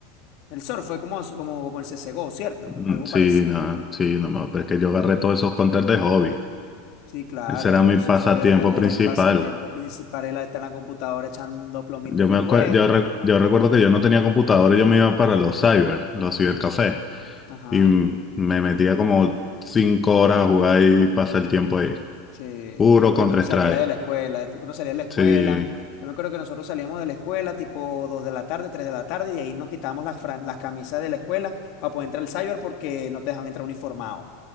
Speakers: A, on the left; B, on the left.
A: El Source fue como, como, como el CSGO, ¿cierto?
B: Mm,
A: Algo
B: Sí,
A: parecido.
B: no, sí, no, no, pero es que yo agarré todos esos counters de hobby.
A: Sí, claro,
B: Ese era
A: es
B: mi
A: que eso
B: pasatiempo
A: fuera,
B: principal.
A: era el pasatiempo principal, era estar en la computadora echando plomito
B: Yo
A: en
B: me
A: el
B: acue-
A: juego.
B: yo, re- yo recuerdo que yo no tenía computadora y yo me iba para los cyber, los cibercafés.
A: Ajá.
B: Y me metía como cinco horas a jugar y pasar el tiempo ahí.
A: Sí,
B: Puro
A: después
B: contra
A: que uno salía
B: strike.
A: de la escuela, después que uno salía de la escuela,
B: Sí.
A: yo me acuerdo que nosotros salíamos de la escuela tipo 2 de la tarde, 3 de la tarde, y ahí nos quitábamos las, fran- las camisas de la escuela para poder entrar al cyber porque no te dejan entrar uniformado.